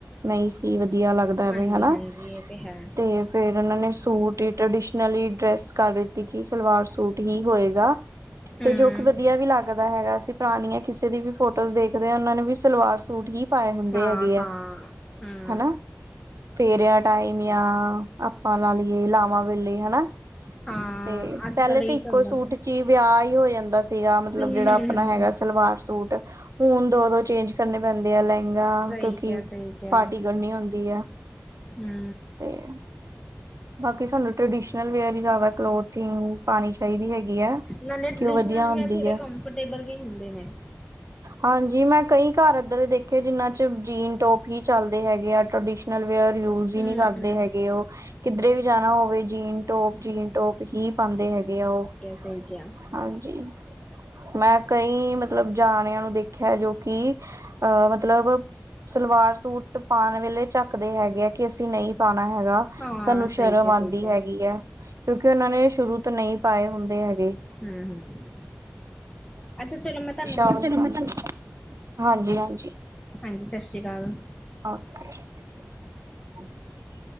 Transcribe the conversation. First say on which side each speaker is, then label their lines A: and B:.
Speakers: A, on the right (about 80°); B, on the left (about 15°).
A: ਨਈ ਸੀ ਵਧੀਆ ਲੱਗਦਾ ਐਵੇ
B: ਹਾਂਜੀ
A: ਹਨਾ
B: ਹਾਂਜੀ ਇਹ ਤੇ ਹੈ
A: ਤੇ ਫਿਰ ਉਹਨਾਂ ਨੇ ਸੂਟ ਈ ਟ੍ਰਡੀਸ਼ਨਲੀ ਡਰੈਸ ਕਰ ਦਿੱਤੀ, ਕੀ ਸਲਵਾਰ ਸੂਟ ਹੀ ਹੋਏਗਾ।
B: ਹਮ
A: ਤੇ ਜੋ ਕੀ ਵਧੀਆ ਵੀ ਲੱਗਦਾ ਹੈਗਾ ਸੀ, ਪੁਰਾਣੀਆ ਕਿਸੇ ਦੀ ਵੀ ਫੋਟੋਜ਼ ਦੇਖਦੇ ਆ, ਉਹਨਾ ਨੇ ਵੀ ਸਲਵਾਰ ਸੂਟ ਹੀ ਪਾਏ ਹੁੰਦੇ
B: ਹਾਂ
A: ਹੈਗੇ
B: ਹਾਂ
A: ਐ,
B: ਹਾਂ
A: ਹਨਾ। ਫੇਰਿਆ ਟਾਇਮ ਜਾਂ ਆਪਾਂ ਲਾ ਲਈਏ ਲਾਵਾਂ ਵੇਲੇ ਹਨਾ
B: ਹਾਂ।
A: ਤੇ
B: ਅੱਜ
A: ਪਹਿਲੇ
B: ਕੱਲ ਇਹੀ
A: ਤੇ ਇੱਕੋ
B: ਚੱਲਦਾ
A: ਸੂਟ
B: ਪਿਆ
A: ਚ ਈ ਵਿਆਹ ਈ ਹੋ ਜਾਂਦਾ ਸੀਗਾ, ਮਤਲਬ
B: ਹੂੰ
A: ਜਿਹੜਾ
B: ਹੂੰ
A: ਆਪਣਾ
B: ਹੂੰ
A: ਹੈਗਾ ਸਲਵਾਰ ਸੂਟ, ਹੁਣ ਦੋ- ਦੋ ਚੇਂਜ ਕਰਨੇ ਪੈਂਦੇ ਆ, ਲਹਿੰਗਾ
B: ਸਹੀ
A: ਕਿਉਂਕਿ
B: ਕਿਹਾ ਸਹੀ ਕਿਹਾ
A: ਪਾਰਟੀ ਕਰਨੀ ਹੁੰਦੀ ਆ।
B: ਹੂੰ।
A: ਤੇ ਬਾਕੀ ਸਾਨੂੰ ਟ੍ਰਡੀਸ਼ਨਲ ਵੇਅਰ ਈ ਜ਼ਿਆਦਾ ਕਲੋਥਿੰਗ ਪਾਣੀ ਚਾਹੀਦੀ ਹੈਗੀ ਐ,
B: ਨਾਲੇ
A: ਕਿ
B: ਟ੍ਰਡੀਸ਼ਨਲ
A: ਉਹ ਵਧੀਆ
B: ਵੀ
A: ਹੁੰਦੀ
B: ਥੋੜੇ
A: ਆ।
B: ਕੰਫਰਟੇਬਲ ਵੀ ਹੁੰਦੇ ਨੇ।
A: ਹਾਂਜੀ ਮੈਂ ਕਈ ਘਰ ਇੱਦਾ ਦੇ ਦੇਖੇ, ਜਿਨਾਂ ਚ ਜੀਨ ਟੋਪ ਹੀ ਚੱਲਦੇ ਹੈਗੇ ਆ। ਟਰਡੀਸ਼ਨ -ਨਲ ਵੇਅਰ ਯੂਜ
B: ਹੂੰ
A: ਈ ਨੀ ਕਰਦੇ ਹੈਗੇ ਓ ਕਿੱਧਰੇ ਵੀ ਜਾਣਾ ਹੋਵੇ ਜੀਨ ਟੋਪ- ਜੀਨ ਟੋਪ ਹੀ ਪਾਂਦੇ ਹੈਗੇ ਆ ਓ।
B: ਸਈ ਕਿਆ।
A: ਹਾਂਜੀ, ਮੈਂ ਕਈ ਮਤਲਬ ਜਾਣਿਆਂ ਨੂੰ ਦੇਖਿਆ ਜੋ ਕਿ ਅਹ ਮਤਲਬ ਸਲਵਾਰ ਸੂਟ ਪਾਣ ਵੇਲੇ ਝਾਕਦੇ ਹੈਗੇ ਆ, ਕਿ ਅਸੀਂ ਨਹੀਂ ਪਾਣਾ ਹੈਗਾ।
B: ਹਾਂ
A: ਸਾਨੂੰ
B: ਸਹੀ
A: ਸ਼ਰਮ
B: ਕਿਹਾ
A: ਆਦੀ
B: ਸਹੀ ਕਿਹਾ
A: ਹੈਗੀ ਐ, ਕਿਉਂਕਿ ਉਹਨਾਂ ਨੇ ਸ਼ੁਰੂ ਤੋਂ ਨਹੀਂ ਪਾਏ ਹੁੰਦੇ ਹੈਗੇ।
B: ਹੂੰ, ਅੱਛਾ ਚਲੋ ਮੈਂ ਤਾਨੂੰ
A: <unintelligible> ਹਾਂਜੀ-ਹਾਂਜੀ।
B: ਹਾਂਜੀ ਸਸ ਸ਼੍ਰੀ ਕਾਲ।
A: ਔਰ ਕੀ <inaudible>